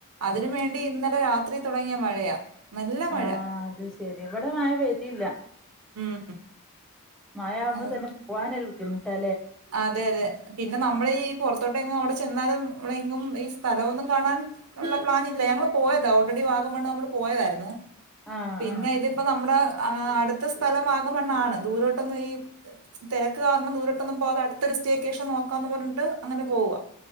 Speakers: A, on the right; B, in the centre.
A: അതിനുവേണ്ടി ഇന്നലെ രാത്രി അത്രരി തുടങ്ങിയ മഴയാ നല്ല മഴ
B: ആഹ അത് ശരി ഇവിടെ മഴ പെയതിയില്ല
A: ഉം
B: മഴ ആകുമ്പോ
A: അത്
B: തന്നെ പോവാനരു ബുദ്ധിുട്ടേ
A: അതെ അതെ പിന്നെ നമ്മൾീഈ പൊറത്തോട്ട എങ്ങും അവിടെ ചെന്നാലും നമ്മള എങ്ങും ഈ സ്ഥലമൊന്നും കാണാൻ ഉള്ള പ്ലൻ ഇല്ല ഞങ്ങള്ൾ പോയതാ ഓൾറെഡി വാഗംണ് നമ്മള് പോയതായിരുന്നു
B: ആഹ്
A: പിന്നെ
B: ആഹ്
A: ഇതിപ്പോ നമ്മുടെ ആ് അടുത്ത സ്ഥലം ആഗമണ്ണ ആണ് ദൂരോട്ടൊന്നും ഈ തിരക്ക് കാരണം ദൂരോട്ടൊന്നും പോതെ അടുത്തൊരു സ്റ്റിയൊക്കെേഷം നോക്കാന്ന് പറഞ്ഞിട്ട് അങ്ങനെ പോവുക